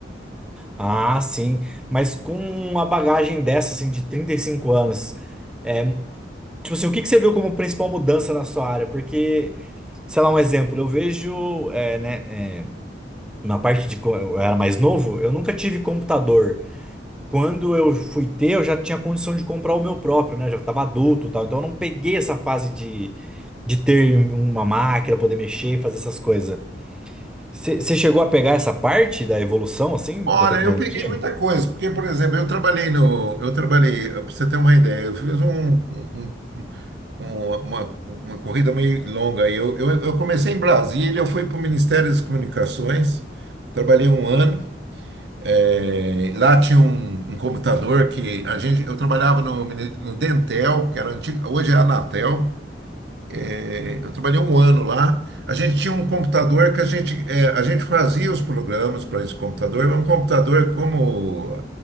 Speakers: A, in the centre; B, on the right.
A: Ah, sim. Mas com uma bagagem dessa, assim, de 35 anos, é, tipo assim, o que que você viu como principal mudança na sua área? Porque, sei lá, um exemplo, eu vejo, é, né, é, na parte de quando eu era mais novo, eu nunca tive computador. Quando eu fui ter, eu já tinha condição de comprar o meu próprio, né? Já estava adulto, e tal. Então eu não peguei essa fase de, de ter um, uma máquina, poder mexer e fazer essas coisas. Você chegou a pegar essa parte da evolução, assim,
B: Olha,
A: da tecnologia?
B: eu peguei muita coisa, porque, por exemplo, eu trabalhei no, eu trabalhei, para você ter uma ideia, eu fiz um, um- um- um, uma, uma corrida meio longa. aí. Eu, eu, eu comecei em Brasília, eu fui para o Ministério das Comunicações, trabalhei um ano. É, lá tinha um, um computador que a gente, eu trabalhava no, mini- no Dentel, que era antigo, hoje é a Anatel. É, eu trabalhei um ano lá. A gente tinha um computador que a gente, é, a gente fazia os programas para esse computador. Era um computador como